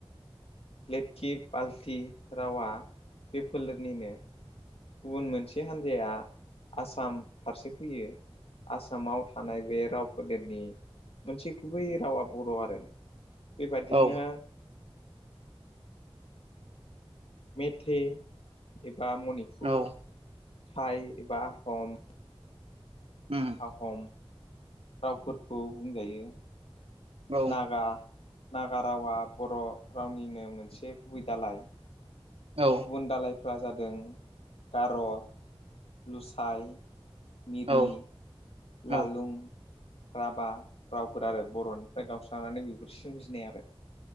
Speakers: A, on the left; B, on the right.
A: लेबखि बाल्थि रावा बे फोलेरनिनो। गुबुन मोनसे हान्जाया आसाम फारसे फैयो। आसामाव थानाय बे राव फोलेरनि। मोनसे गुबै रावा बर' आरो बेबादिनो।
B: औ
A: मेथे एबा मनिपुर
B: औ
A: थाइ एबा आहम
B: उम
A: आहम रावफोरखौ बुंजायो।
B: औ
A: नागा नागा रावा बर' रावनिनो मोनसे गुबै दालाय।
B: औ।
A: गुबुन दालायफ्रा जादों गार'। लुसाइ मिरि
B: औ
A: लालुं
B: औ
A: राभा। रावफोर आरो बर'निफ्राय गावस्रानानै बेफोर सिमजिनाय आरो।